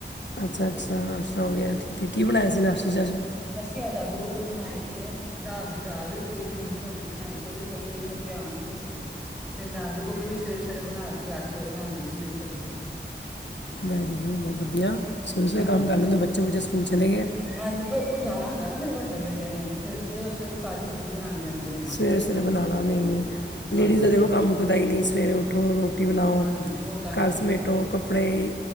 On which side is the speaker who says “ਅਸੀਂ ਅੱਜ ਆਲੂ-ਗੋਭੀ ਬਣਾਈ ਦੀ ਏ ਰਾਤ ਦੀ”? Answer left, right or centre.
Centre